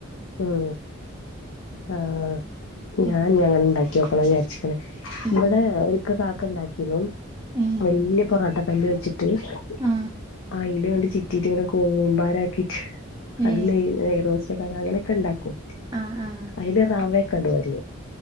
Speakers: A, on the left (about 80°); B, on the right (about 15°).
A: ഉം ആഹ് ഞാൻ
B: ഉം
A: ഇനി അങ്ങനെ ഉണ്ടാക്കി നോക്കണന്ന് വിചാരിച്ച് ക്കണ്
B: ഉം
A: ഇവിടെ ഒരിക്ക കാക്ക ഉണ്ടാക്കീനു
B: ഏ
A: വലിയ പൊറോട്ട കല്ല് വെച്ച് <unintelligible>
B: ആഹ്
A: അയിൽ ഇങ്ങനെ ചിറ്റിട്ട് ഇങ്ങനെ കൂമ്പാരാക്കിറ്റ് അത്
B: ഏ
A: നെയ്യ് നെയ്റോസ്റ്റ് പല അങ്ങനെയൊക്കെ ഉണ്ടാക്കും
B: ആഹ് ആഹ്
A: അതില് റവയൊക്കെ ഇടും അവര്